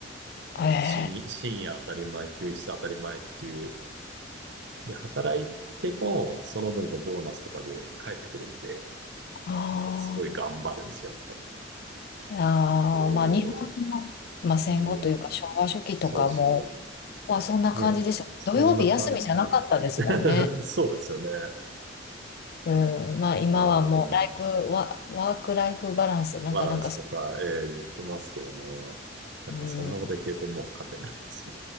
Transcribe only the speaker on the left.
ええ、
あー
あー、
まあ日本の、まあ、戦後というか昭和初期とかも、
まあそんな感じですよ。
土曜日休みじゃなかったですもんね。
うん、まあ今はもうライフワ、
ワークライフバランス、なんかなんかそ、
うん、